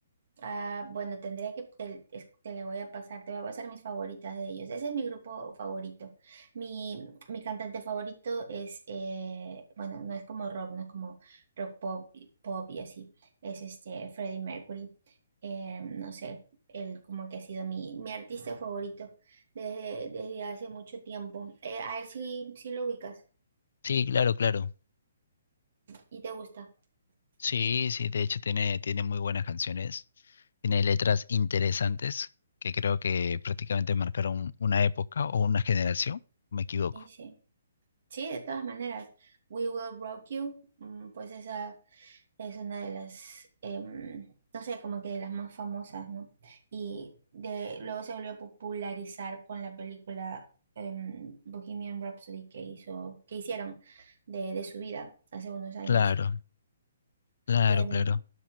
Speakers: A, on the right (about 55°); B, on the left (about 60°).
A: Ah, bueno, tendría que, te, es- te la voy a pasar, te voy a pasar mis favoritas de ellos. Ese es mi grupo favorito. Mi, mi cantante favorito es, eh, bueno, no es como rock, no es como rock pop, y- pop y así. Es este Freddie Mercury. Eh, no sé, él como que ha sido mi, mi artista favorito desde, desde hace mucho tiempo. Eh, a él sí, sí lo ubicas
B: Sí, claro, claro.
A: y te gusta.
B: Sí, sí, de hecho tiene, tiene muy buenas canciones, tiene letras interesantes que creo que prácticamente marcaron una época o una generación, me equivoco.
A: Sí, sí. Sí, de todas maneras. We Will Rock You, mm, pues esa... Es una de las, em, no sé, como que de las más famosas, ¿no? Y de, luego se volvió a popularizar con la película em, Bohemian Rhapsody que hizo, que hicieron de, de su vida hace unos años.
B: Claro, claro,
A: Em,
B: claro.